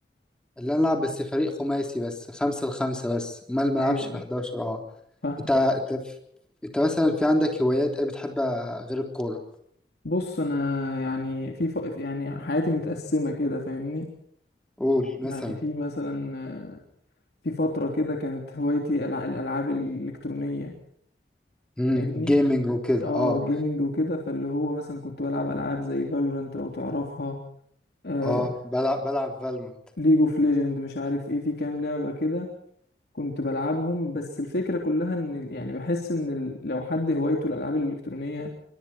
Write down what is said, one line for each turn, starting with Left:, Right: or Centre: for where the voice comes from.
Centre: اللي أنا ألعب بس فريق خماسي بس خمسة لخمسة بس أمال ما
Left: ايوه
Centre: ألعبش في 11 أه
Left: فاهم
Centre: أنت أنت أنت مثلا في عندك هوايات إيه بتحبها غير الكورة؟
Left: بص انا يعني في ف... يعني حياتي متقسمة كده فاهمني
Centre: قول مثلا
Left: يعني في مثلا آه، في فترة كده كانت هوايتي الع- الالعاب الالكترونية
Centre: امم
Left: فاهمني
Centre: جيمنج وكده
Left: اه
Centre: أه
Left: جيمنج وكده فاللي هو مثلا كنت بلعب العاب زي فالورانت لو تعرفها آه
Centre: أه بلعب بلعب فالورنت
Left: ليج اوف ليجند مش عارف ايه في كام لعبه كده كنت بلعبهم بس الفكره كلها ان ال- يعني بحس ان ال- لو حد هوايته الالعاب الالكترونيه